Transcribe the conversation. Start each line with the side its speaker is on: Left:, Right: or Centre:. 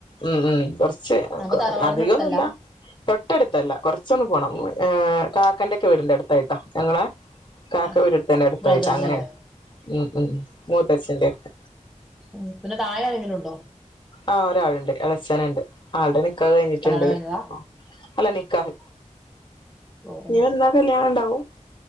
Left: ഉം ഉം കൊർച്ച്
Centre: അപ്പൊ തറവാടിന്റെ
Left: അധികന്നുല്ല
Centre: അടുത്തല്ല
Left: തൊട്ടടുത്തല്ല. കൊറച്ചൊന്ന് പോണം ഏഹ് കാക്കന്റെ ക്കെ വീടിന്റെ അട്ത്തായിട്ടാ ഞങ്ങളെ. കാക്ക
Centre: ആ
Left: വീട് ട്ത്തന്നെ അട്ത്തായിട്ട
Centre: ബ്രദറിന്റെല്ലേ
Left: അങ്ങനെ ഉം ഉം മൂത്തച്ഛന്റെ ക്കെ.
Centre: ആഹ് പിന്നെ താഴെ ആരങ്കിലും ണ്ടോ?
Left: ആഹ് ഒരാള്ണ്ട് എളച്ചന്ണ്ട് ആളുടെ നിക്കാഹ് കഴിഞ്ഞിട്ടുണ്ട്
Centre: കല്യാണം കഴിഞ്ഞതാ
Left: അല്ല നിക്കാഹ്.
Centre: ഓ
Left: ഇനി വെന്നാ കല്യാണം ണ്ടാവും